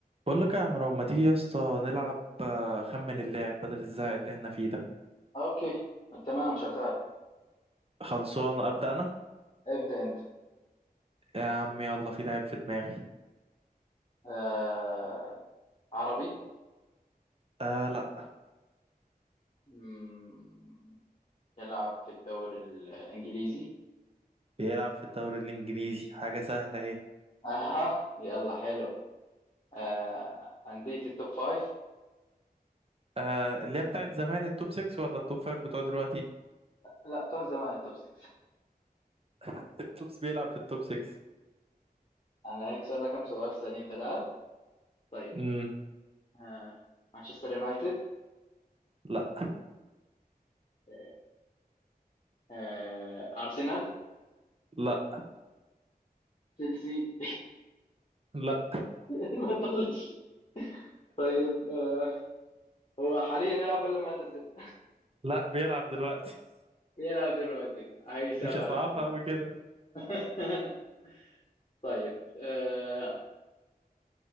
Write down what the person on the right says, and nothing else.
بقول لك يا عمرو ما تيجي يا اسطى نلعب آه، خمن اللاعب بدل الزهق اللي احنا فيه ده
خلصان ابدا انا
يا عم يلا في لاعب في دماغي
آه لا
بيلعب في الدوري الانجليزي حاجه سهله اهي
آه اللي هي بتاعت زمان التوب 6 ولا التوب 5 بتوع دلوقتي
<laughs> التوب بيلعب في التوب 6
امم
لا
لا
لا
لا بيلعب دلوقتي
<laughs>
مش هصعبها
قوي كده